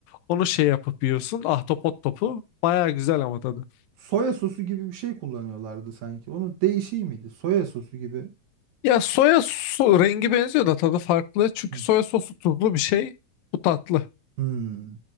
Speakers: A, on the left; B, on the right.
A: onu şey yapıp yiyorsun ahtapot topu baya güzel ama tadı.
B: Soya sosu gibi bir şey kullanıyorlardı sanki. Onun değişiği miydi? Soya sosu gibi.
A: Ya soya so rengi benziyor da tadı farklı çünkü
B: Hı.
A: soya sosu tuzlu bir şey bu tatlı.
B: Hmm.